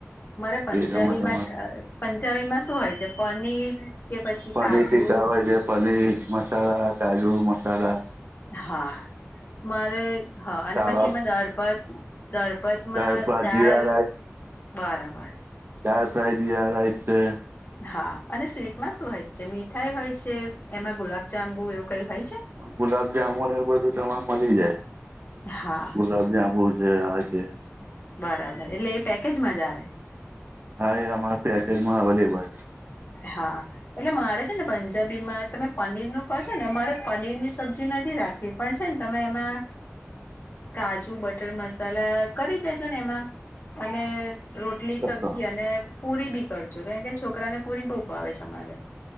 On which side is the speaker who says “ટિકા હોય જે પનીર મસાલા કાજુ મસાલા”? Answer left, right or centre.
Right